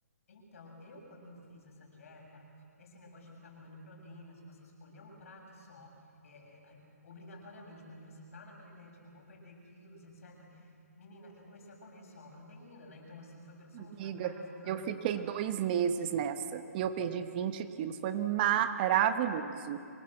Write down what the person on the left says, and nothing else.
Então, eu, quando eu fiz essa dieta, esse negócio de ficar comendo proteína, se você escolher um prato só, é, é, a- obrigatoriamente, porque você tá naquela ideia de que eu vou perder quilos, etc. Menina, eu comecei a comer só a proteína, né? Então, assim, foi presunto,
foi a carne, foi lá.
só-